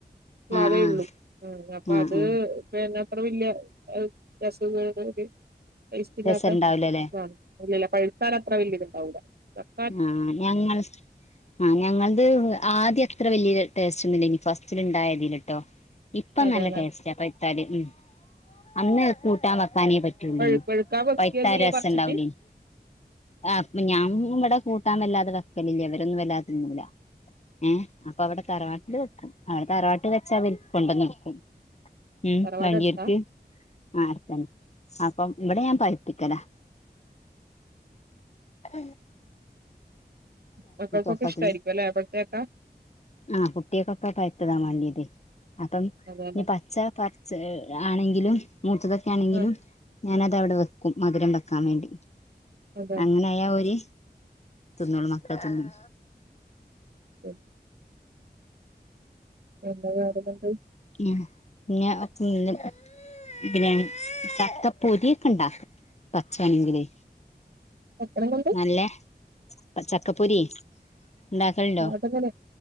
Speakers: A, on the right; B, on the left.
A: പ്ലാവേ
B: ആഹ് ആഹ് ആഹ്
A: ള്ളൂ ഉം അപ്പൊ
B: ആഹ്
A: അത്
B: ആഹ്
A: പിന്ന അത്ര വല്യ ര രസോന്നും <unintelligible> ടേസ്റ്റ്ല്ലാത്ത
B: രസണ്ടാവൂലല്ലേ
A: ആ ഇല്ലല്ല പഴുത്താലത്ര വല്യത് ണ്ടാവൂല
B: ആ ഞങ്ങൾ സ് ആ ഞങ്ങൾത് ആദ്യ അത്ര വല്യ ടേസ്റ്റൊന്നുല്യയ്ന് ഫസ്റ്റിലിണ്ടായതില് ട്ടോ ഇപ്പൊ
A: അതാണ്
B: നല്ല ടേസ്റ്റാ പഴ്ത്താല് ഉം അന്ന് കൂട്ടാൻ വെക്കാനേ പറ്റുള്ളയ്ന്
A: പഴു പഴുക്കാൻ വെക്കുക
B: പൈത്താരസം
A: ചെയ്യാ പറിച്ചിട്ട്
B: ഉണ്ടാവൂലേയ്ന് ആ പ്പ ഞാൻ ഇവ്ടെ കൂട്ടാൻ വല്ലാതെ വെക്കലില്ല ഇവരൊന്നും വല്ലാതെതിന്നൂല ഏ അപ്പൊ അവിടെ തറവാട്ടില് വെക്കും അവിടെ തറവാട്ടില് വെച്ചാ അവര് കൊണ്ടന്നെരും ഉം
A: തറവാട്
B: വേണ്ടിയര്ക്ക്
A: അടുത്താ
B: ആർത്തെ അപ്പം ഇവിടെ ഞാൻ പഠിപ്പിക്കലാ ഉം
A: മക്കൾക്കൊക്കെ
B: ഓഫാക്കണെ
A: ഇഷ്ട്ടായിരിക്കും അല്ലേ പൊഴ്ത്ത ചക്ക
B: ആ കുട്ട്യാക്കൊക്കെ പഴുത്തതാ മാണ്ട്യത് അപ്പം
A: അതെല്ലേ
B: ഈ പച്ച പ ച്ച ആണെങ്കിലും മൂത്തതൊക്കെ ആണെങ്കിലും
A: ആ
B: ഞാനത് അവ്ടെ വെക്കും മധുരം വെക്കാൻ വേണ്ടി
A: അതെ
B: അങ്ങനെയാ ഓര് തിന്നോളും മക്കൾ തിന്നും
A: ഉം എന്താ <unintelligible>
B: ഉം ഞ്ഞാ <unintelligible> ഉം പിന്നെ ചക്ക പൊരിക്കെണ്ടാക്കും പച്ചേണെങ്കില്
A: എപ്പ്ളേം കൊണ്ട്
B: നല്ലേ ചക്കപ്പൊരി ഉണ്ടാക്കലുണ്ടോ
A: <unintelligible>